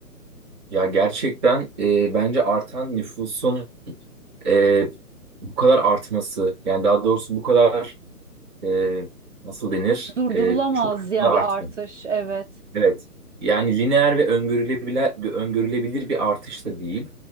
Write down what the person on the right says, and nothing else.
Durdurulamaz
yani
bir artış. Evet,